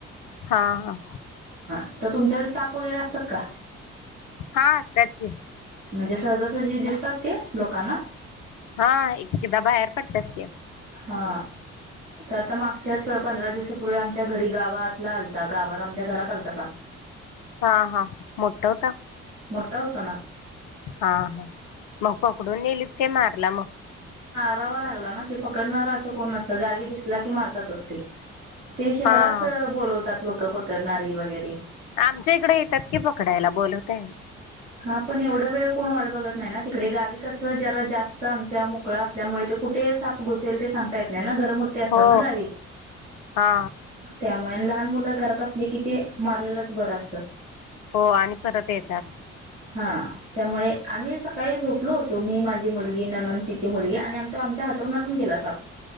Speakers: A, on the left; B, on the right.
A: हा हा.
B: हिथं तुमच्याकडे साप वगैरे असतात का?
A: हा असत्यात कि
B: म्हणजे सहजासहजी दिसतात ते लोकांना?
A: हा एककदा बाहेर पडतात क
B: हा. आता मागच्याच पंधरा दिवसापूर्वी आमच्या घरी गावातनं आलता गावात आमच्या घरात आलता साप.
A: हा हा मोठाता
B: जावतना.
A: हा हा मग पकडून नेलीत काय मारला मग
B: रावा लागला ना. पकडणारा असं कोण नसत गावी दिसला की मारतातचते. ते शहरात
A: हा हा
B: बोलवतात लोक पकडणार. वगैरे
A: आमच्या इकडे येतात की पकडायला बोलवतय.
B: हा पण एवढं वेळ कोण वाढ बघत नाही ना तिकडे गावी कसं जरा जास्त आमच्या मोकळां असल्यामुळे ते कुठे साफ घुसेल ते सांगता येत नाही ना. असतात
A: हो
B: गा
A: हा
B: त्यामुळे ल आप घरात अस कि ते मारलेलंच बरं असतं.
A: हो आणि परत येतात.
B: हा त्यामुळे आम्ही सकाळी झोपलो होतो मी माझी मुलगी न िची मुलगी आणि आम आमच्या हातरून ून गेला साप